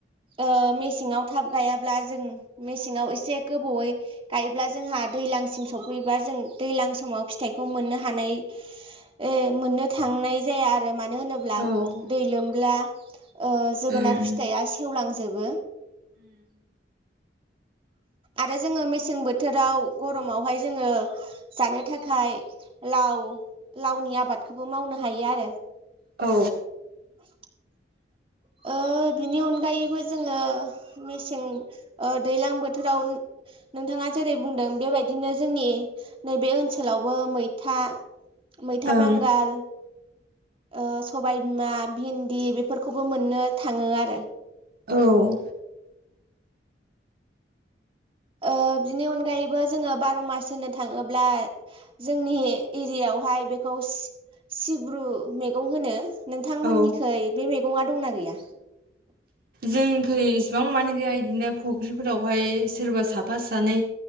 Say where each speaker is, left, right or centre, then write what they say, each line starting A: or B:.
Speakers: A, on the right; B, on the right.
A: ओ मेसेंआव थाब गाया अब्ला जों मेसेंयाव एसे गोबावै गायब्ला जोंहा दैलांसिम सफैबा जों दैलां समाव फिथाइखौ मोननो हानाय ओ मोननो थांनाय जाया आरो। मानो होनोब्ला
B: औ ओं
A: दै लोमब्ला ओ जोगोनार
B: उम
A: फिथाइया सेवलां जोबो आरो जोङो मेसें बोथोराव गरमावहाय जोङो जानो थाखाय लाव लावनि आबादखौबो मावनो हायो आरो
B: औ
A: <unintelligible> ओ बिनि अनगायैबो जोङो मेसें ओ दैलां बोथोराव नोंथाङा जेरै बुंदों बेबायदिनो जोंनि नैबे ओनसोलावबो मैथा मैथा
B: ओं
A: बांगाल ओ सबाय बिमा भिन्दि बेफोरखौ बो मोननो थाङो आरो
B: औ
A: ओ बिनि अनगायैबो जोङो बार' मास होनो थाङोब्ला जोंनि एरियायावहाय बेखौ सि सिब्रु मैगं होनो नोंथांमोननिखै
B: औ
A: बे मैगंया दंना गैया <unintelligible>
B: जोंखै इसेबां बिफांयानो गैया इदिनो फुख्रिफोरावहाय सोरबा साफा सानै